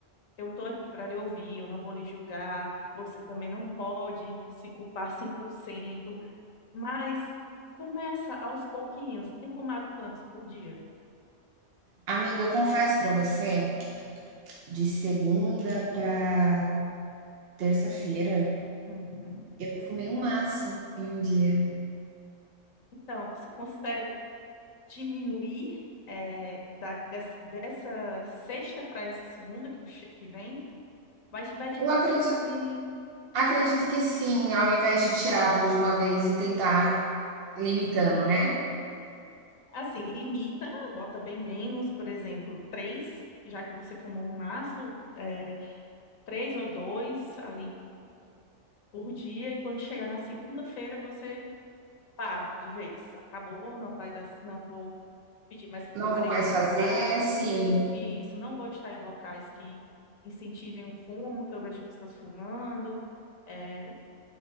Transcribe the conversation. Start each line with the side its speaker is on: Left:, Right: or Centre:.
Left: Eu estou aqui para lhe ouvir, eu não vou lhe julgar, você também não pode se culpar 100%, mas começa aos pouquinhos. Você tem fumado quantos por dia?
Right: amiga, eu confesso pra você, de segunda pra terça-feira,
Left: Uhum.
Right: eu fumei um maço em um dia.
Left: Então, você consegue diminuir é, da, des- dessa sexta para essa segunda que, che- que vem, vai vai diminuindo
Right: Eu acredito
Left: ali.
Right: Acredito que sim, ao invés de tirar tudo de uma vez e tentar limitando, né.
Left: Assim, limita, bota bem menos, por exemplo, três, já que você fumou um maço, é, três ou dois ali por dia, e quando chegar na segunda-feira você para de vez. Acabou, não vai dar, não vou pedir mais para
Right: Não
Left: meu marido
Right: vou mais
Left: comprar,
Right: fazer, sim.
Left: e isso, não vou estar em locais que incentivem o fumo, que eu vejo pessoas fumando. eh,